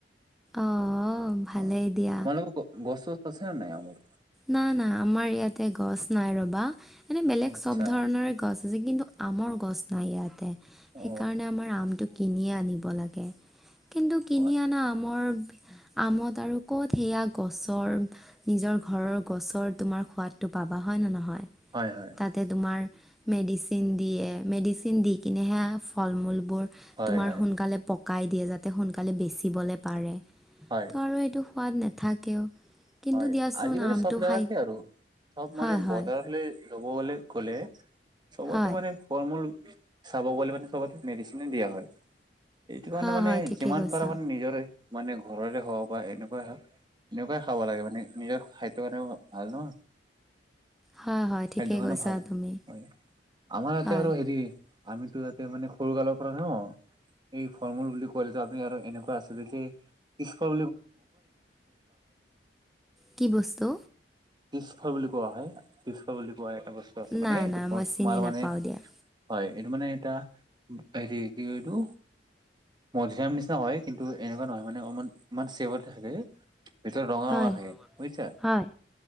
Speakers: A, in the centre; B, on the right.
A: অঁ ভালেই
B: অ তোমালোকৰ
A: দিয়া
B: গছ চছ আছে নাই আমাৰ
A: নাই না আমাৰ ইয়াতে গছ নাই ৰবা এনে বেলেগ
B: অ আচ্ছা
A: চব ধৰণৰে গছ আছে কিন্তু আমৰ গছ নাই ইয়াতে
B: অ
A: সেইকাৰণে আমাৰ আমটো কিনিয়ে আনিব লাগে কিন্তু কিনি
B: অ
A: আনা আমৰ আমত আৰু ক'ত সেয়া গছৰ নিজৰ ঘৰৰ গছৰ তোমাৰ সোৱাদটো পাবা হয় ন নহয়
B: হয় হয়
A: তাতে তোমাৰ মেডিচিন দিয়ে মেডিচিন দি কিনে হে ফল মূল বোৰ
B: হয়
A: তোমাৰ
B: হয়
A: সোনকালে পকাই দিয়ে যাতে সোনকালে বেচিবলে পাৰে
B: হয়
A: ত আৰু এইটো সোৱাদ নাথাকেও কিন্তু
B: হয়
A: দিয়াচোন
B: আজিকালি
A: আমটো
B: চব জেগাতে
A: খাই
B: আৰু চব মানে
A: হয় হয়
B: বজাৰলে ল'ব গলে গ'লে চবতে
A: হয়
B: মানে ফৰ্মূল চাব গ মানে সব মেডিচিন দিয়া হয় এইটো কাৰণে
A: হয়
B: মানে
A: হয় ঠিকেই
B: যিমান
A: কৈছা।
B: পাৰা মানে নিজৰে মানে ঘৰৰে হওক বা এনেকুৱা হওক এনেকুৱা। খাব লাগে মানে নিজৰ খাদ্য কাৰানে ভাল নহ
A: হয় হয় ঠিকেই
B: খাদ্য কাৰানে
A: কৈছা
B: ভাল
A: তুমি
B: হয় আমাৰ ইয়াতে
A: হয়
B: আৰু হেৰি আমিতো তাতে মানে খৰু কালৰ পৰা ন এই ফল মূল বুলি ক'লে আমি আৰু এনেকুৱা আছিলে যে পিছফৰ
A: কি বস্তু
B: পিছফৰ বুলি কোৱা হয় পিছফ বুলি কোৱা হয়। এটা বস্তু আছে মানে
A: নাই
B: এইটো
A: নাই
B: তোমাৰ
A: মই চিনি নাপাওঁ
B: মানে
A: দিয়া
B: হয় এইটো মানে এটা হেৰি কি এইটো মধিৰীয়াম নিচিনা হয় কিন্তু এনেকুৱা নহয় মানে অ ইমান চেফতে থাকে ভিত ৰঙা ৰঙা
A: হয়
B: থাকে বুজিছা
A: হয়